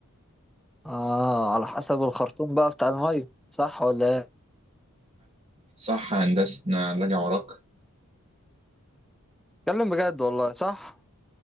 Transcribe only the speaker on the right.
صح يا هندسه انا راجع وراك